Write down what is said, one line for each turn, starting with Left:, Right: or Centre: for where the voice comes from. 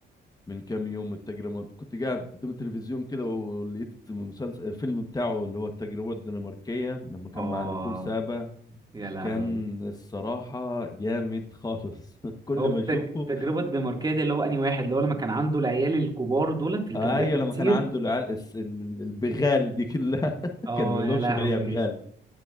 Left: من كام يوم التجربه كنت قاعد قدام التلفزيون كده ولقيت المسلسل الفيلم بتاعه اللي هو التجربه الدنماركيه لما كان
Right: اه
Left: مع نيكول سابا
Right: يا لهوي
Left: كان الصراحة جامد خالص <laughs> كل
Right: هو
Left: ما
Right: التج...
Left: اشوفه
Right: التجربة الدنماركية دي اللي هو أنهي واحد اللي هو لما كان عنده العيال الكبار دولت اللي
Left: آه،
Right: كانوا بياكلوا
Left: ايوه لما
Right: كتير
Left: كان عنده العيال الس- ال- البغال دي كلها <laughs>
Right: اه
Left: كان بيقول
Right: يا
Left: لهمش
Right: لهوي
Left: غير يا بغال